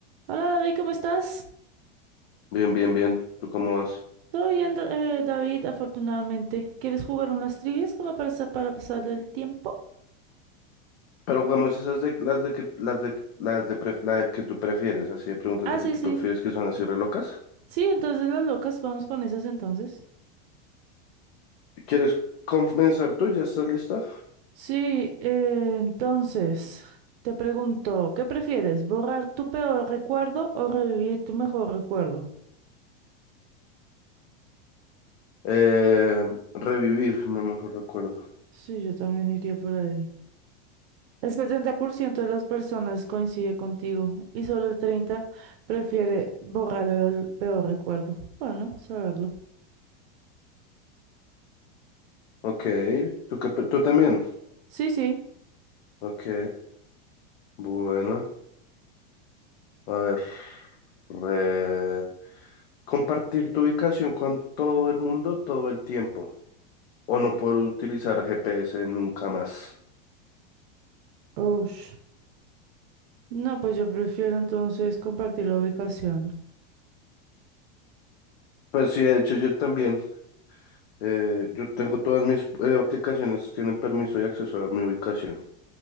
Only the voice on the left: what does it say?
Bien, bien, bien. ¿Tú cómo vas?
Pero jugamos esas de las de que las de las de pref- la que tú prefieres, así de preguntas
de
que tú
prefieres que son así re locas.
¿Quieres comenzar tú? ¿Ya estás lista?
Eh, revivir, me mejor recuerdo.
Ok, ¿tú qué pe- tú también?
Ok, bueno, a ver. re- compartir tu ubicación con todo el mundo todo el tiempo o no poder utilizar GPS nunca más.
Pues sí, de hecho yo también. Eh, yo tengo todas mis eh, aplicaciones, tienen permiso y acceso a mi ubicación,